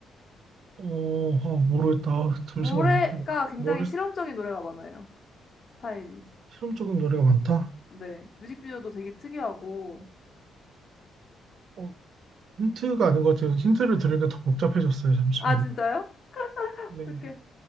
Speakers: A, on the right; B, on the left.
A: 어, 아, 모르겠다. 아, 잠시만요.
B: 노래가
A: 지금
B: 굉장히
A: 머리
B: 실험적인 노래가 많아요, 스타일이.
A: 실험적인 노래가 많다.
B: 네. 뮤직비디오도 되게 특이하고.
A: 어, 힌트가 아닌 것 같아요. 힌트를 들으니까 더 복잡해졌어요. 잠시만요.
B: 아, 진짜요? 어떡해.
A: 네.